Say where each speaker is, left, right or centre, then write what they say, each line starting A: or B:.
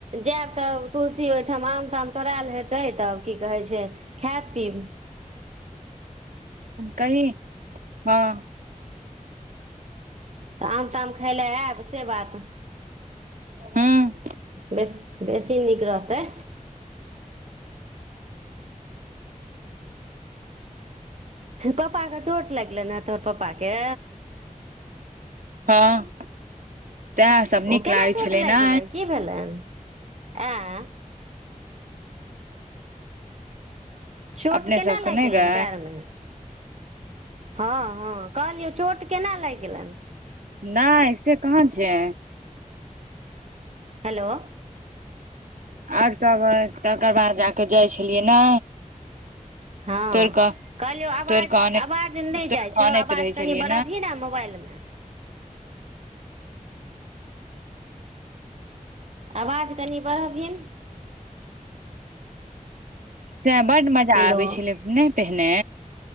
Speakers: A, on the right (about 50°); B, on the right (about 80°).
A: जायब तऽ तुलसी ओयठाम आम ताम तोड़ाएल हेतै तऽ की कहै छै खायब पीब
B: कही हां।
A: तऽ आम ताम खाय लए ऐब से बात
B: हूँ
A: बेस बेसी नीक रहतै। पपा के। चोट लगले ने तोहर कत? के।
B: हँ। सएह सब नीक
A: ओ केना
B: लागै
A: चोट
B: छलै
A: लागि
B: ने
A: गेलेन की भेलेन? आं। चोट
B: अपने
A: केना
B: सबके
A: लागि
B: नहि
A: गेलेन
B: गै
A: पैरमे। हँ हँ कहलियौ चोट केना लागि गेलेन।
B: नहि से कहाँ छै।
A: हेलो।
B: आओर तब तगरा जाके जाइ छलियै ने।
A: हँ
B: तोड़ कऽ
A: कहलियौ आवाज
B: तोड़ कऽ अनैत
A: आवाज नहि
B: तोड़
A: जाइ
B: कऽ
A: छह
B: अनैत
A: आवाज
B: रहै
A: कनि
B: छलियै
A: बरबही ने मोबाइलमे। आवाज कनि बढ़बिन।
B: से बड मजा
A: हेलो
B: आबै छलै नहि पहिने।